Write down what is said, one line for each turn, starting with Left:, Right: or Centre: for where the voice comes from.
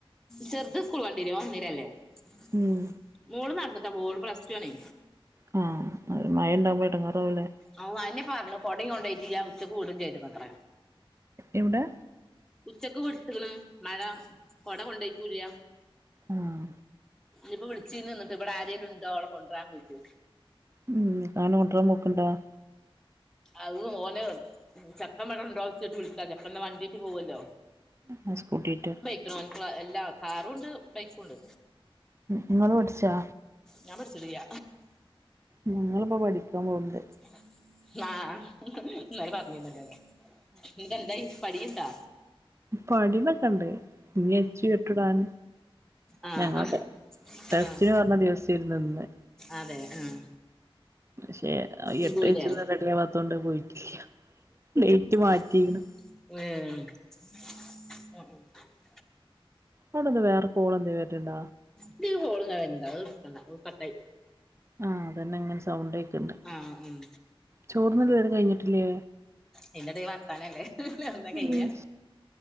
Centre: ചെറുത സ്കൂൾ വണ്ടില്ല വന്നിര അല്ലേ <unintelligible>
Right: ഉം
Centre: മോള് പ്ലസ് ടു ആണെ
Right: ആ അ മഴ ഉണ്ടാവകുമ്പോയിട്ട് കുറവില്ലേ
Centre: ഓ അന്നെ പറഞ്ഞു കൊടയും കൊണ്ടോയിട്ട് ഞാ ഉച്ച കൂടും ചെയ്തു കൊത്ര
Right: എവിടെ
Centre: ഉച്ചക്ക് വീട്ടിണ് മഴ കൊട കൊണ്ടയ്റ്റു ല്ല
Right: ആഹ
Centre: ഇനിപ്പോ വിളിച്ചിനിന്നിട്ട് ഇവിടാരേലുണ്ടോ ഓള കൊണ്ടരാ പോയിട്ട്
Right: ഉം കാണണ കുട്ടിയള് <unintelligible>
Centre: അത് മോന് ചക്കമെടുണ്ടോച്ചിട്ട് വിളിച്ചാ ചക്കേന്റ വണ്ടീട്ട് പോവോല്ലോ
Right: ആഹ് സ്കൂട്ടിറ്റാ
Centre: <unintelligible> എല്ലാ കാറുണ്ട് ബൈക്കുണ്ട്
Right: നിങ്ങള് പഠിച്ചാ
Centre: ഞാൻ പഠിച്ചിട്ടില്ല
Right: ഞങ്ങളിപ്പോ പഠിക്കാ പോന്ന്ണ്ട്
Centre: <unintelligible> ആഹ് ഇന്നല പറഞ്ഞീട്ട്ണ്ടല്ലേ എന്നിട്ടെന്തായി പഠിക്കണ്ടാ
Right: പഠിമെക്കണ്ടേ ഇനി അച്ചു എട്ടിടാൻ
Centre: ആഹ്
Right: ഞങ്ങോട്ട്
Centre: ആഹ്
Right: ടെസ്റ്റിന്
Centre: ആഹ്
Right: പറഞ്ഞ ദിവസം ഇരുന്നു ഇന്ന്
Centre: അതെ ആഹ്
Right: പക്ഷെ എട്ട്
Centre: ഇന്ന് പോയില്ലേ
Right: വച്ചിന്ന് റെഡായാവാത്തോണ്ട് പോയിട്ടില്ല ഡേറ്റ് മാറ്റിക്ക്ണ്
Centre: ആഹ് ഉം <unintelligible>
Right: അവിടന്താ വേറ കോൾ എന്തെ വരണണ്ട
Centre: <unintelligible> കട്ടായി
Right: ആഹ് അതന്നെ അങ്ങനെ സൗണ്ട് കേക്ക്ണ്ട്
Centre: ആഹ് ഉം
Right: ചോർന്നല്ല ഇതുവര കഴിഞ്ഞിട്ടില്ലേ
Centre: ഇയിന്റെടേ വർത്താനല്ലേ ഒന്നാ കഴിക്കാം
Right: ഉം